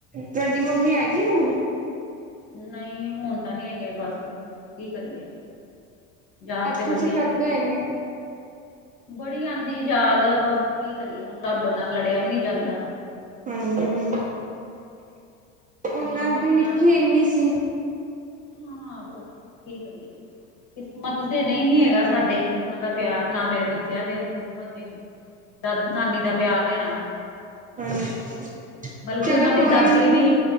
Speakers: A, on the right (about 25°); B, on the left (about 55°).
A: ਤੁਹਾਡੀ ਮੰਮੀ ਹੈਗੀ ਏ ਹੁਣ?
B: ਨਹੀਂ ਹੁਣ ਤਾ ਨੀ ਹੈਗੇ ਬਸ ਕੀ ਕਰੀਏ, ਯਾਦ ਤੇ
A: ਤੁਸੀਂ
B: ਬੜੀ ਆੰਦੀ
A: ਕਰਦੇ
B: ਐ।
A: ਹੋਏਗੇ
B: ਬੜੀ ਆੰਦੀ ਏ ਯਾਦ ਬਸ ਕੀ ਕਰੀਏ ਹੁਣ ਰੱਬ ਨਾਲ ਲੜਿਆ ਵੀ ਨੀ ਜਾਂਦਾ।
A: ਹਾਂਜੀ ਹੂੰ ਓਨਾਂ
B: ਮਾਵਾਂ
A: ਦੀ
B: ਬਿਨਾਂ
A: ਲਿੱਖੀ ਏਨੀ ਸੀ।
B: ਹਾਂ, ਬਸ ਕੀ ਕਰੀਏ? ਕਿਸਮਤ ਸੀ ਨਹੀਂ ਹੀ ਹੈਗਾ ਸਾਡੇ ਉਨਾਂ ਦਾ ਪਿਆਰ ਨਾ ਮੇਰੇ ਬੱਚਿਆਂ ਦੇ ਕਿਸਮਤ ਤੇ ਹੀ। ਦਾ ਨਾਨੀ ਦਾ ਪਿਆਰ ਲੇਣਾ।
A: ਹਉਂ
B: ਬਲਕਿ
A: ਚਲੋ
B: ਉਹਨਾਂ ਦੀ
A: ਕੋਈ
B: ਦਾਦੀ
A: ਨੀ।
B: ਵੀ